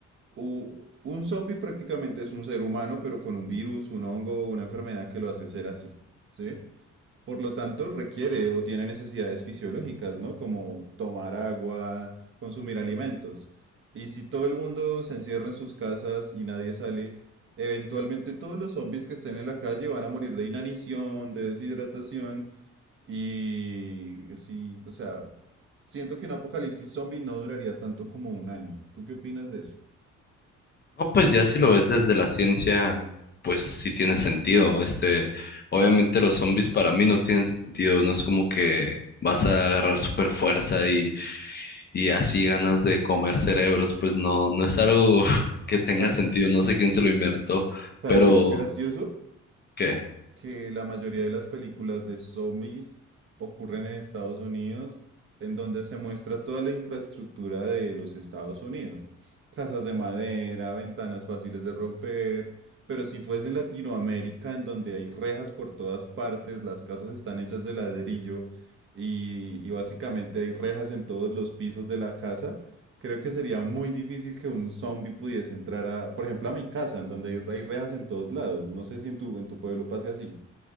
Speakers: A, on the right (about 45°); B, on the left (about 35°).
A: u- un zombie prácticamente es un ser humano, pero con un virus, un hongo, una enfermedad que lo hace ser así, ¿sí? Por lo tanto, requiere o tiene necesidades fisiológicas, ¿no? Como tomar agua, consumir alimentos. Y si todo el mundo se encierra en sus casas y nadie sale, eventualmente todos los zombies que estén en la calle van a morir de inanición, de deshidratación. Y sí, o sea, siento que un apocalipsis zombie no duraría tanto como un año. ¿Tú qué opinas de eso?
B: No, pues ya si lo ves desde la ciencia, pues sí tiene sentido. Este, obviamente los zombies para mí no tienen sentido. No es como que vas a agarrar super fuerza y, y así ganas de comer cerebros. Pues no, no es algo <laughs> que tenga
A: Sa-
B: sentido. No sé quién se lo inventó,
A: Sabes
B: pero
A: que es gracioso.
B: ¿qué?
A: que la mayoría de las películas de zombies ocurren en Estados Unidos, en donde se muestra toda la infraestructura de los Estados Unidos. Casas de madera, ventanas fáciles de romper, pero si fuese en Latinoamérica, en donde hay rejas por todas partes, las casas están hechas de ladrillo y, y básicamente hay rejas en todos los pisos de la casa, creo que sería muy difícil que un zombie pudiese entrar a, por ejemplo, a mi casa, en donde hay, hay rejas en todos lados. No sé si en tu, en tu pueblo pase así.